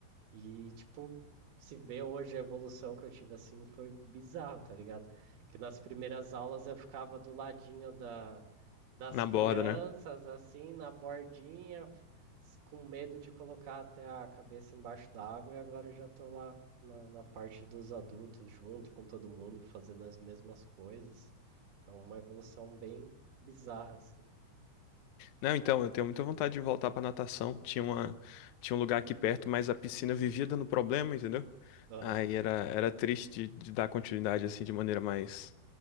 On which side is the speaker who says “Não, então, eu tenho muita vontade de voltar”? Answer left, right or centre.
Left